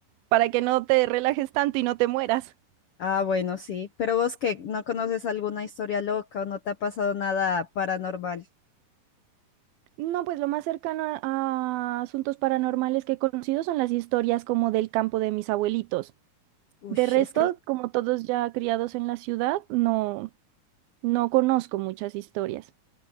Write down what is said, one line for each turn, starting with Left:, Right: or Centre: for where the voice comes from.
Right: para que no te relajes tanto y no te mueras.
Left: Ah, bueno, sí. Pero vos que no conoces alguna historia loca o no te ha pasado nada paranormal.
Right: No, pues lo más cercano a, a asuntos paranormales que he conocido son las historias como del campo de mis abuelitos.
Left: Uy,
Right: De resto,
Left: es que el
Right: como todos ya criados en la ciudad, no, no conozco muchas historias.